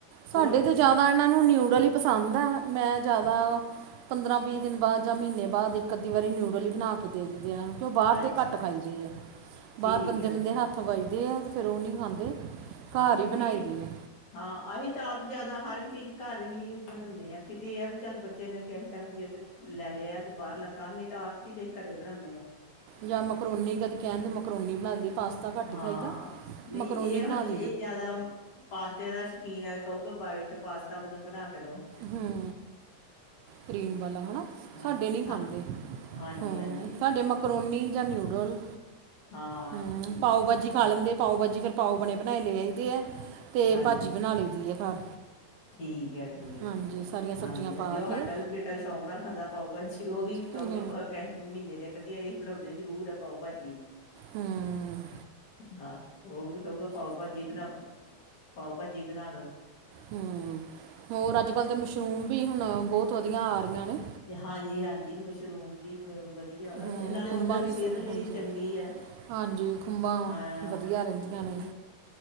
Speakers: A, on the right; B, on the left.
A: ਸਾਡੇ
B: ਹੋਰ ਤੁਸੀਂ
A: ਤੇ ਜ਼ਿਆਦਾ ਇਹਨਾਂ ਨੂੰ ਨਿਊਡਲ ਹੀ ਪਸੰਦ ਹੈ, ''ਮੈਂ ਜ਼ਿਆਦਾ ਪੰਦਰਾਂ-ਵੀਹ ਦਿਨ ਬਾਅਦ, ਜਾਂ ਮਹੀਨੇ ਬਾਅਦ, ਇੱਕ-ਅੱਧੀ ਵਾਰ ਨਿਊਡਲ ਵੀ ਬਣਾਕੇ ਦੇ ਦਿੰ ਆ, ਕਿਉਂ ਬਾਹਰ
B: ਅੱਛਾ
A: ਦੇ ਘੱਟ ਖਾਈਦੇ ਆ, ਬਾਹਰ
B: ਠੀਕ
A: ਗੰਦੇ-ਮੰਦੇ
B: ਹੈ ਠੀਕ
A: ਹੱਥ ਵਜਦੇ ਐ, ਫਿਰ ਉਹ ਨਹੀਂ ਖਾਂਦੇ। ਘਰ
B: ਹਾਂ,
A: ਹੀ
B: ਨਹੀਂ।
A: ਬਣਾਈ ਦੀ ਆ
B: ਹਾਂ, ਅਹੀ ਤਾਂ ਆਪ ਜਿਆਦਾ, ਹਰ ਇੱਕ ਚੀਜ਼ ਘਰ ਹੀ ਬਣਾਂਨੇ ਹਾਂ, ਕਿਤੇ ਆ ਵੀ, ਚੱਲ ਦੇਨੇ, ਕਿਹੇ ਟੈਮ ਜਿੱਦ ਲੈ ਲਿਆ, ਆ ਬਾਹਰਲਾ ਤਾ, ਨਹੀਂ ਤਾਂ ਹਰ ਇੱਕ ਚੀਜ਼ ਅਸੀਂ ਘਰੇ ਬਣਾਂਨੇ ਆਂ।
A: ਜਾਂ ਮਕਰੋਨੀ ਕਦੇ ਕਹਿਣ ਤੇ, ਮਕਰੋਨੀ ਬਣਾ ਦਈ ਦੀ, ਪਾਸਤਾ ਘੱਟ
B: ਹਾਂ
A: ਖਾਈਦਾ,
B: ਨਹੀਂ
A: ਮਕਰੋਨੀ
B: ਇਹ
A: ਬਣਾ
B: ਹੁਣ
A: ਦ
B: ਇਹ ਜਿਆਦਾ ਪਾਸਤੇ ਦਾ ਸ਼ਕੀਨ ਆ, ਵੀ ਕਹੂਗਾ ਵਾਈਟ ਪਾਸਤਾ ਮੈਨੂੰ ਬਣਾਕੇ ਦੋ।
A: ਹੂੰ, ਕ੍ਰੀਮ ਵਾਲਾ ਹਣਾ।
B: ਹਾਂ
A: ਸਾਡੇ ਨਹੀਂ ਖਾਂਦੇ।
B: ਹਾਂ ਹਾਂਜੀ
A: ਹੂੰ,
B: ਹਾਂਜੀ
A: ਸਾਡੇ ਮਕਰੋਨੀ ਜਾਂ ਨਿਊਡਲ
B: ਹਾਂ
A: ਹੂੰ,
B: ਠੀਕ
A: ਪਾਓ-ਭਾਜੀ
B: ਹੈ ਠੀਕ
A: ਖਾ
B: ਹੈ
A: ਲੈਂਦੇ ਪਾਓ-ਭਾਜੀ, ਫਿਰ ਪਾਓ ਬਣੇ-ਬਣਾਏ ਲੇ ਆਈਦੈ, ਅਤੇ
B: ਹਾਂਜੀ
A: ਭਾਜੀ ਬਣਾ ਲਈਦੀ ਆ ਘਰ।
B: ਠੀਕ ਐ, ਠੀਕ
A: ਹਾਂਜੀ
B: ਐ।
A: ਸਾਰੀਆਂ ਸਬਜ਼ੀਆਂ
B: ਹਾਂਜੀ-ਹਾਂਜੀ,
A: ਪਾ
B: ਉਹ
A: ਕੇ
B: ਹਾਡਾ ਵੀ ਬੇਟਾ ਸ਼ੌਂਕ ਨਾਲ ਖਾਂਦਾ ਪਾੳ-ਭਾਜੀ। ਉਹ ਵੀ ਕਹੁਗਾ
A: ਹਮ
B: ਕਹਿ ਮਹੀਨੇ'ਚ ਇਕ-ਅੱਧੀ ਵਾਰੀ ਬਣਾਉਂਦੇ ਜ਼ਰੂਰ ਆਂ, ਪਾਓ ਭਾਜੀ।
A: ਹਮ
B: ਹਾਂ, ਉਹ ਵੀ ਕਹੁਗਾ, ਪਾਉ-ਭਾਜੀ ਬਨਾਉ, ਪਾਓ ਭ ਜੀ ਬਣਾਦੋ‌।
A: ਹੂੰ, ਹੋਰ ਅੱਜ-ਕੱਲ ਤੇ ਮਸ਼ਰੂਮ ਵੀ ਹੁਣ, ਬਹੁਤ ਵਧੀਆ ਆ ਰਹੀਆਂ ਨੇ।
B: ਹਾਂਜੀ-ਹਾਂਜੀ, ਮਸ਼ਰੂਮ ਵੀ ਵਧੀਆ ਵਾ,
A: ਹਮ
B: ਨਾਲੇ
A: ਖੁੰਬਾਂ
B: ਓਹਦਾਂ ਵੀ
A: ਦੀ
B: ਸਿਹਤ
A: ਸ-
B: ਲਈ
A: ਹਾਂਜੀ
B: ਚੰਗੀ ਹੈ।
A: ਹਾਂਜੀ, ਖੁੰਬਾਂ
B: ਹਾਂ
A: ਵਧੀਆ ਰਹਿੰਦੀਆਂ
B: ਉਹੀ
A: ਨੇ।